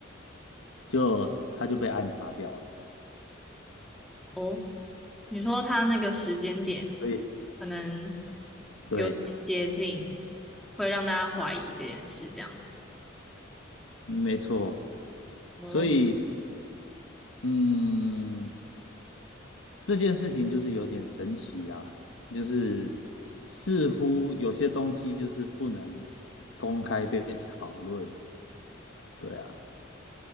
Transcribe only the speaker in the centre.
哦，你说他那个时间点
可能
有点接近，会让大家怀疑这件事，这样子。
嗯，